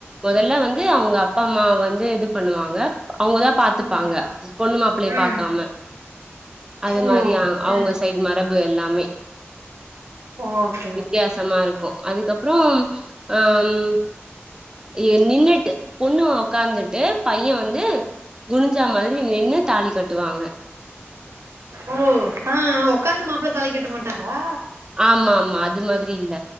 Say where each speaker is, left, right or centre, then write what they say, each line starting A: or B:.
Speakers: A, on the right; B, on the right.
A: மொதல்ல வந்து அவுங்க அப்பா அம்மா வந்து இது பண்ணுவாங்க அவுங்கதா பாத்துப்பாங்க
B: ம்
A: பொண்ணு மாப்பிள்ளைய
B: ம்
A: பாக்காம அது
B: ஓ
A: மாரி அவுங்க
B: ஆ
A: சைட்
B: ஆ
A: மார் மரபு எல்லாமே
B: ஓகே
A: வித்தியாசமா
B: ஓகே
A: இரு க்கும் அதுக்கப்புறம் அம். எ நின்னுட்டு பொண்ணு உக்காந்துட்டு பையன் வந்து. குனிஞ்சா மாரி நின்னு தாலி கட்டுவாங்க
B: ஓ ஆ ஒக்காந்து மாப்ள தாலி கட்ட மாட்டாரா
A: ஆமா ஆமா அது மாதிரி இல்ல